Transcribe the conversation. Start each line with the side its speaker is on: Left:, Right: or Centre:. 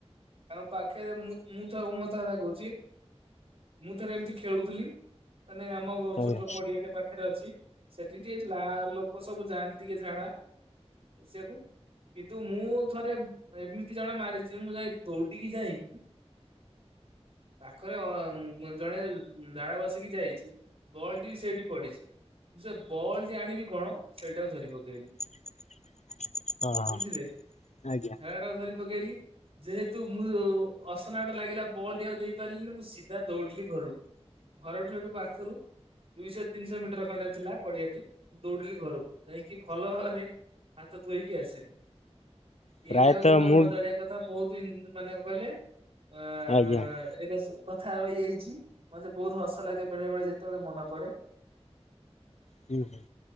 Right: ତାଙ୍କ ପାଖରେ ମୁଁ ମୁଁ ଥାଉ ମୁଁ ଅଧା ଅଧା କୋହୁଚି ମୁଁ ଥରେ ଏମିତି ଖେଳୁଥିଲି। ମାନେ ଆମ ଛୋଟ
Left: ଆଜ୍ଞା
Right: ପଡିଆଟେ ପାଖେରେ ଅଛି। ସେଠି ଟିକେ ଲା ଲୋକ ସବୁ ଯାଆନ୍ତି ଟିକେ ଝାଡା ବସିଆକୁ। କିନ୍ତୁ ମୁଁ ଥରେ ଏମିତି ଜଣେ ମାରିଚି ମୁଁ ଯାଇ ଦୌଡିକି ଯାଇକି ପାଖରେ ଅ, ଜଣେ ଝାଡା ବସିକି ଯାଇଚି। ବଲ୍ ଟି ବି ସେଇଠି ପଡିଚି ମୁଁ ସେ ବଲ୍ ଟି ଆଣିବି କଣ ସେଇଟା କୁ ଧରି ପକେଇଲି।
Left: <unintelligible> ହଁ
Right: ବୁଝିଲେ,
Left: ଆଜ୍ଞା
Right: ଝାଡା ଟାକୁ ଧରି ପକେଇଲି, ଯେହେତୁ ମୁଁ ଅସନାଟା ଲାଗିଲା ବଲ୍ ଟି ଆଉ ଦେଇ ପାରିଲିନି। ମୁଁ ସିଧା ଦୌଡିଲି ଘରୁକୁ। ଘରଠୁ ହେଠୁ ପାଖରୁ ଦୁଇଶହ ତିନିଶହ ମିଟର ଖଣ୍ଡେ ଥିଲା ପଡିଆଟି ଦୌଡିଲି ଘରକୁ। ଯାଇକି ଭଲ ଭାବରେ ହାତ ଧୋଇକି ଆସିଲି, ଏଇଟା
Left: ପ୍ରାୟତଃ
Right: ହଉଚି ଗୋଟେ
Left: ମୁଁ
Right: ମଜାଳିଆ କଥା ବହୁତ ଇ ମାନେ କଲେ ଅଁ ଅଁ
Left: ଆଜ୍ଞା।
Right: ଏଟା ସ କଥା ରହିଯାଇଚି, ମତେ ବହୁତ ହସ ଲାଗେ ବେଳେ ବେଳେ ଯେତେବେଳେ ମନେ ପଡେ।
Left: କି ହଁ